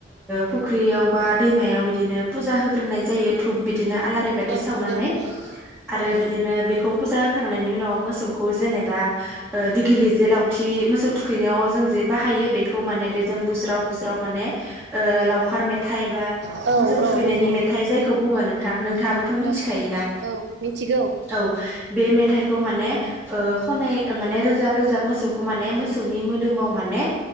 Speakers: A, in the centre; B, on the right.
A: फुख्रियाव बा दैमायाव बिदिनो फुजा होग्रोनाय जायो धुब बिदिनो आलारि बाथि
B: औ
A: सावनानै
B: नंगौ ओं
A: आरो
B: ओं
A: बिदिनो बेखौ फुजा होखांनायनि उनाव मोसौखौ जेनेबा दिगिलि जे लावथि मोसौ थुखैनायाव जों जे बाहायो बेखौ माने बेजों बुज्राव बुज्राव माने लावखार मेथाइ बा
B: औ
A: मोसौ
B: औ
A: थुखैनायनि
B: नंगौ
A: मेथाइ जायखौ बुङो नोंथां नोंथाङाबो मिथिखायोना
B: औ औ मिथिगौ
A: औ बे मेथाइखौ माने खनाय मान रोजाब रोजाब मोसौखौ माने मोसौनि मोदोमाव माने